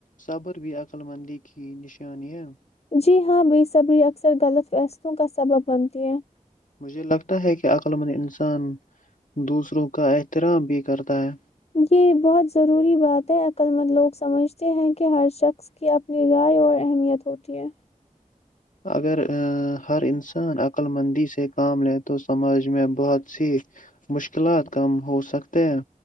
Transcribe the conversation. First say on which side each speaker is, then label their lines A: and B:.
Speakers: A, on the left; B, on the left.
A: صبر بھی عقلمندی کی نشان ہے
B: جی ہاں بےصبری اکثر غلط فیصلوں کا سبب بنتی ہیں
A: مجھے لگتا ہے کہ عقلمند انسان دوسروں کا احترام بھی کرتا ہے
B: یہ بہت ضروری بات ہےعقلمند لوگ سمجھتے ہیں کہ ہر شخص کی اپنی رائے اور اہمیت ہوتی ہے
A: اگر ہر انسان عقلمندی سے کام لے تو سماج میں بہت سی مشکلات کم ہو سکتے ہیں